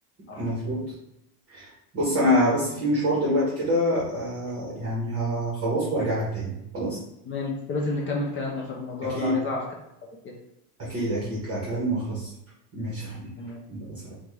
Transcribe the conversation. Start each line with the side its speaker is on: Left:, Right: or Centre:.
Left: بصراحة.
Right: مظبوط بص انا بس في مشوار دلوقتي كده آه، يعني هخلصه وارجع لك تاني خلاص
Left: تمام بس لازم نكمل كلامنا في الموضوع
Right: اكيد
Left: ده عايز اعرف كده حاجة كده
Right: اكيد اكيد لا كلامي ما خلص ماشي يا حبيبي
Left: تمام
Right: يلا سلام